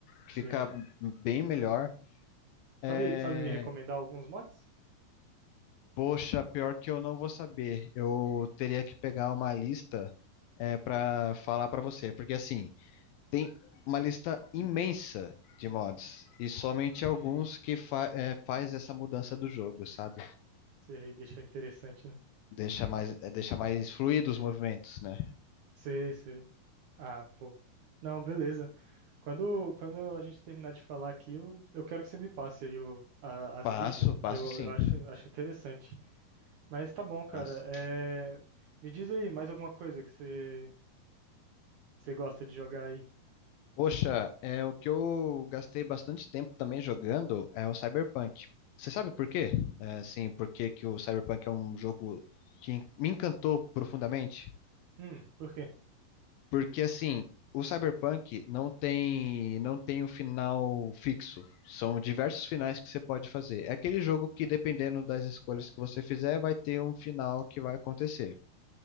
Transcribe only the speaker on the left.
que
fica bem melhor.
É,
Poxa, pior que eu não vou saber. Eu teria que pegar uma lista é, para falar para você, porque, assim, tem uma lista imensa de mods e somente
alguns que fa é, faz essa mudança do jogo, sabe?
Deixa mais, é, deixa mais fluido os movimentos, né?
Passo,
passo
sim.
Passo.
Poxa, é o que eu gastei bastante tempo também jogando é o Cyberpunk. Você sabe por quê? É, assim, por que que o Cyberpunk é um jogo que en- me encantou profundamente?
Porque assim, o Cyberpunk não tem não tem um final fixo. São diversos finais que você pode fazer. É aquele jogo que dependendo das escolhas que você fizer, vai ter um final que vai acontecer.